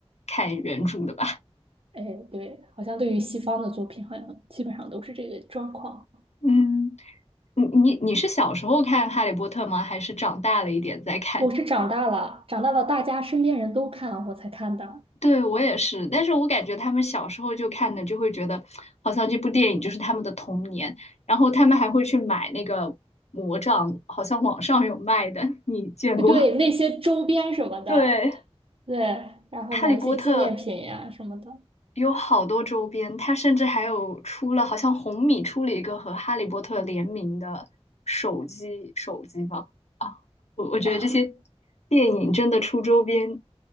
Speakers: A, on the left (about 80°); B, on the right (about 60°).
A: 看原著的吧？
B: 哎，对，好像对于西方的作品，好像基本上都是这个状况。
A: 嗯，你你你是小时候看《哈利波特》吗？还是长大了一点再看？
B: 我是长大了，长大了，大家身边人都看，我才看的。
A: 对，我也是，但是我感觉他们小时候就看的，就会觉得好像这部电影就是他们的童年，然后他们还会去买那个魔杖，好像网上有卖的，你见过？
B: 呃对，那些周边什么的，
A: <laughs> 对，
B: 对，然后买一些纪念品呀、
A: 《哈利波特》
B: 什么的
A: 有好多周边，它甚至还有出了，好像红米出了一个和《哈利波特》联名的手机，手机吧？啊，我我觉得这些
B: 啊。
A: 电影真的出周边，